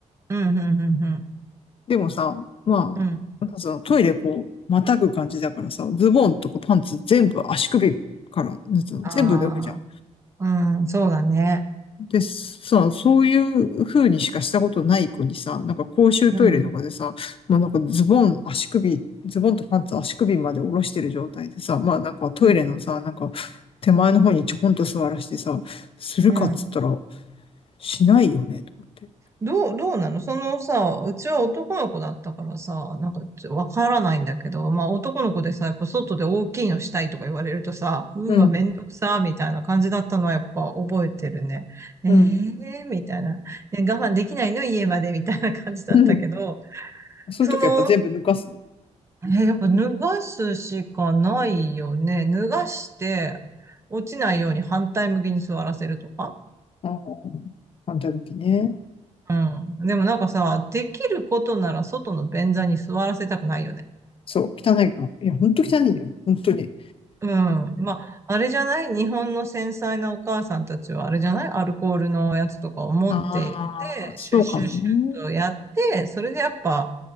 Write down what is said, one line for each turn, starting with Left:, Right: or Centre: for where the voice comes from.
Right: うん、うん、うん。
Left: でもさ、まあ、
Right: うん
Left: なんかさ、トイレこう、またぐ感じだからさ、ズボンとかパンツ全部足首から、なんつうの全部脱ぐじゃん。
Right: ああうん、そうだね。
Left: で、さ、そういう風にしかしたことない子にさ、なんか公衆トイレとかでさ、
Right: うん、
Left: もうなんかズボン、足首、ズボンとパンツ足首まで下ろしてる状態でさ、まあなんかトイレのさ、
Right: うん、
Left: なんか手前の方にちょこんと座らしてさ、するかっつったら、
Right: うん。
Left: しないよね、と思って。
Right: どう、どうなのそのさ、うちは男の子だったからさ、なんかちょわからないんだけど、まあ男の子でさ、やっぱ外で大きいのしたいとか言われるとさ、うーわ、
Left: うん、
Right: めんどくさー、みたいな感じだったのはやっぱ覚えてるね。ええー、
Left: うん、
Right: みたいな。え我慢できないの家まで、みたいな感じだったけど、
Left: うん。そういう時はやっぱ全部抜かす
Right: その、えやっぱ脱がすしかないよね。脱がして、落ちないように反対向きに座らせるとか。
Left: ああ、反対向きね。
Right: うん。でもなんかさ、できることなら外の便座に座らせたくないよね。
Left: そう、汚いから。いや、ほんと汚いよ。本当に。
Right: うん。まあ、あれじゃない日本の繊細なお母さんたちはあれじゃないアルコールのやつとかを持っていって、
Left: ああ、そうかもね。
Right: シュッシュッシュッとやって、それでやっぱ